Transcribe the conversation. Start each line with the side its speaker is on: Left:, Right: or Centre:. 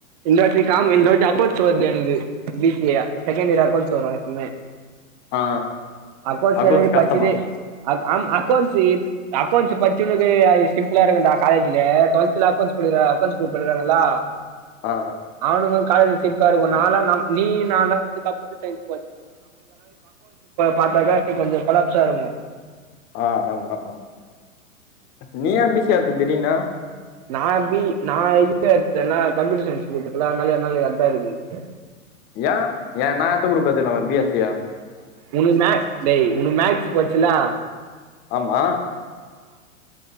Right: இந்த வாட்டி காம் இந்த வாட்டி அக்கோன்ஸ் வர்து எனக்கு பி சி ஐ ஆ செகண்ட் இயர் அக்கோன்ஸ் வரு இன்மே
Left: ஆ
Right: அக்கோண்ஸ்
Left: அக்கௌண்ட்ஸ்
Right: வரும்போது
Left: கஷ்டமா
Right: பட்சிரு அத் ஆம் அக்கோண்ஸு அக்கோண்ஸ் பட்ச்சின்னுது அது சிம்பிளா இருக்கு டா காலேஜில டுவெல்த்ல அக்கோன்ஸ் படிறா அக்கோன்ஸ் போய் படிறா நல்லா
Left: ஆ
Right: அவனுக் வந்த் காலேஜ் சிட்டா இருக்கு நாலா நம் நீ நாலா வந்து கம்யூட்டர் ப்ராகார்த்துக்கு வந்து கொலாப்சா இருந்தோ
Left: ஆ ஆமா ஆமா நீயே எப்டி சேத்த திடீர்னு
Right: நா பி நா இதுல எடுத்த இல்ல கம்ப்யூட்டர் சயின்ஸ் குரூப் இருக்குல அதனாலயே அதனாலயே அதா இருக்கு
Left: ஏ ஏ நா எட்த்த குரூப் எடுத்துக்லாமே பி எஸ் சி யா
Right: உனுக் மேக்ஸ் டேய் உனுக்கு மேக்ஸ் படிச்ச இல்லா
Left: ஆமா